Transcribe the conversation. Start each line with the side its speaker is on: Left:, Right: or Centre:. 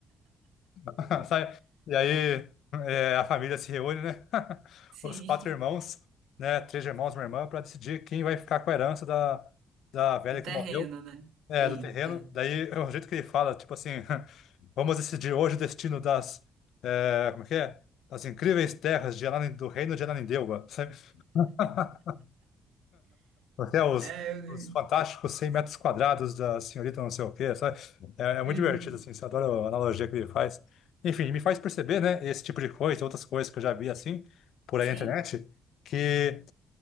Left: <laughs> Sai- E aí é, a família se reúne, né? <laughs>
Right: sim.
Left: Os quatro irmãos, né? Três irmãos e uma irmã, para decidir quem vai ficar com a herança da, da velha
Right: do terreno,
Left: que morreu,
Right: né?
Left: é,
Right: Eita.
Left: do terreno. Daí é o jeito que ele fala, tipo assim, <laughs> vamos decidir hoje o destino das, é, como é que é? Das incríveis terras de Ananin- do reino de Ananindeua, sabe? <laughs> Até os,
Right: É, eu-
Left: os fantásticos 100 metros quadrados da senhorita não sei o quê, sabe? É, é muito
Right: uhum.
Left: divertido, assim, eu adora a analogia que ele faz. Enfim, me faz perceber, né, esse tipo de coisa, outras coisas que eu já vi, assim, por
Right: Sim,
Left: aí na internet, que